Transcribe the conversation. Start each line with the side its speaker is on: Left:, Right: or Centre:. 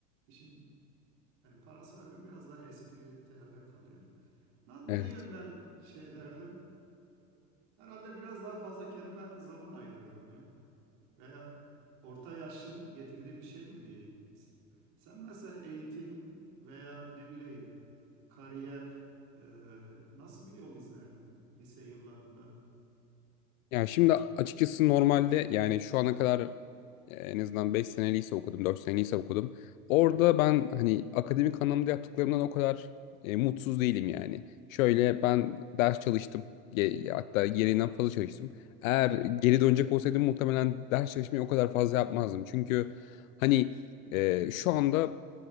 Right: İşin yani parasal yönü biraz daha espritüelde kalıyor. Na- Ne
Left: Evet.
Right: yönden şey derdim? Herhalde biraz daha fazla kendime zaman ayırırdım ya. Veya orta yaşın getirdiği bir şey mi diyeyim. S- Sen mesela eğitim veya ne bileyim kariyer e, nasıl bir yol izlerdin lise yıllarında?
Left: Ya şimdi açıkçası normalde yani şu ana kadar e, en azından 5 sene lise okudum, 4 sene lise okudum. Orada ben hani akademik anlamda yaptıklarımdan o kadar e, mutsuz değilim yani. Şöyle ben ders çalıştım. Ge- Hatta gereğinden fazla çalıştım. Eğer geri dönecek olsaydım muhtemelen ders çalışmayı o kadar fazla yapmazdım. Çünkü hani e, şu anda